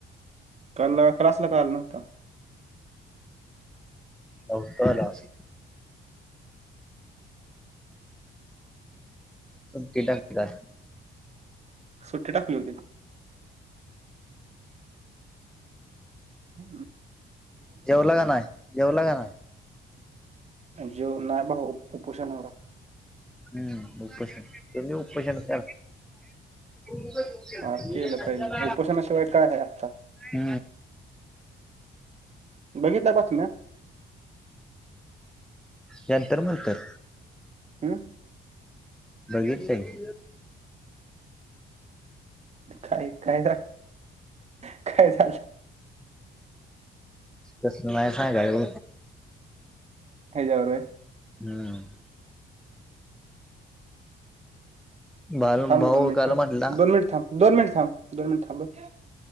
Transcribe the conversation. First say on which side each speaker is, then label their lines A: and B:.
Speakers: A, on the right; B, in the centre.
A: का क्सला का आलला न हो्हता
B: बतला अस त टा काात
A: सुट्टी टाकली होती ह
B: जेवला का नाही जेवला का नाही
A: जेव नाही भाऊ उपोषणावर
B: हम्म उपोशन ते उपोशनर
A: अरे केलं पाहिजे उपोषणाशिवाय काय आहे आता
B: ह
A: बघितल्या पाासून
B: नंतर मंतर
A: हम
B: बघीचच
A: काय काय झा काय झाचाल
B: तस नाही सां काव
A: हेच्यावर रे
B: हम्म बाल
A: थांब
B: भाऊ
A: र दोन मिनिटं
B: काल म्हटला
A: दोन मिनट थांब दोन मिनिट थांब दोन मिनिलो